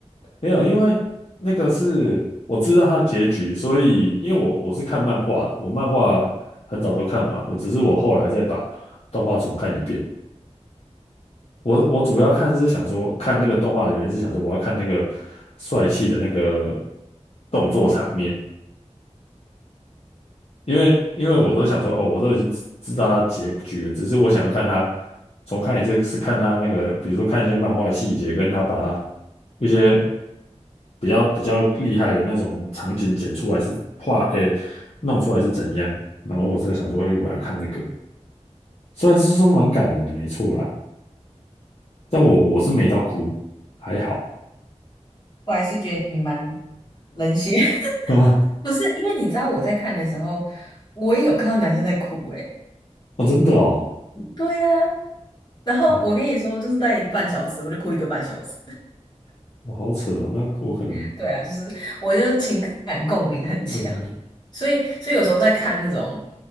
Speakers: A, on the left (about 55°); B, on the left (about 35°).
A: 没有，因为那个是我知道它的结局，所以因为我我是看漫画的，我漫画很早都看完，我只是我后来再把动画重看一遍。我我主要看是想说看那个动画的原因是想说我要看那个帅气的那个动作场面。因为因为我都想说，哦，我都已经知知道它结局了，只是我想要看它重看一次，是看它那个，比如说看一些漫画的细节，跟它把它一些比较比较厉害的那种场景剪出来是画，诶，弄出来是怎样。然后我在想说，诶，我要看那个，虽然是说蛮感人的，没错啦，但我我是没到哭，还好
B: <laughs> 我还是觉得你蛮冷血。<laughs>
A: <laughs>
B: 不是，因为你知道我在看的时候，我也有看到男生在哭诶。
A: 啊，真的哦，
B: 对呀、然后我跟你说，
A: 哦，
B: 就是大概一个半小时，我就哭一个半小时。
A: 我好扯哦，那我可能
B: <laughs> 对啊，就是我就是情感共鸣很强，
A: 对，
B: 所以所以有时候在看那种